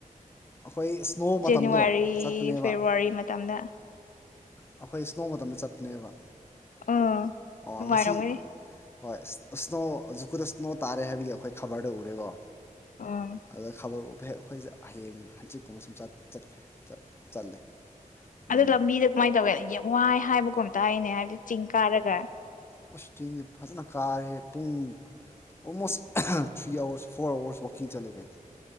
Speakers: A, on the left (about 15°); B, on the left (about 65°).
A: ꯑꯩꯈꯣꯏ ꯏꯁ꯭ꯅꯣ
B: ꯖꯅꯋꯥꯔꯤ
A: ꯃꯇꯝꯗꯣ ꯆꯠꯄꯅꯦꯕ
B: ꯐꯦꯕꯋꯥꯔꯤ ꯃꯇꯝꯗ
A: ꯑꯩꯈꯣꯏ ꯏꯁꯅꯣ ꯃꯇꯝꯗ ꯆꯠꯄꯅꯦꯕ
B: ꯑꯥ
A: ꯑꯣ
B: ꯅꯨꯡꯉꯥꯏꯔꯝꯒꯅꯤ
A: ꯉꯁꯤ ꯍꯣꯏ ꯏꯁ꯭ꯅꯣ ꯖꯛꯀꯨꯗ ꯏꯁ꯭ꯅꯣ ꯇꯥꯔꯦ ꯍꯥꯏꯕꯒꯤ ꯑꯩꯈꯣꯏ ꯈꯕꯔꯗ ꯎꯔꯦꯀꯣ
B: ꯑꯥ
A: ꯑꯗꯨ ꯈꯕꯔ ꯍꯦꯛ ꯑꯩꯈꯣꯏꯁꯦ ꯍꯌꯦꯡ ꯍꯟꯆꯤꯠꯀꯨꯝꯕ ꯁꯨꯝ ꯆꯠꯈ꯭ꯔꯦ ꯆꯠꯂꯦ ꯎꯝ
B: ꯑꯗꯨ ꯂꯝꯕꯤꯗ ꯀꯃꯥꯏꯅ ꯇꯧꯏ ꯌꯦꯡꯉꯣ ꯍꯥꯏ ꯍꯥꯏꯕꯒꯨꯝ ꯇꯥꯏꯅꯦ ꯍꯥꯏꯕꯗꯤ ꯆꯤꯡ ꯀꯥꯔꯒ
A: ꯑꯣ ꯆꯤꯡꯁꯤ ꯐꯖꯅ ꯀꯥꯔꯦ ꯄꯨꯡ almost three hours four hours ꯋꯥꯛꯀꯤꯡ ꯆꯠꯂꯦ ꯀꯩꯅꯣ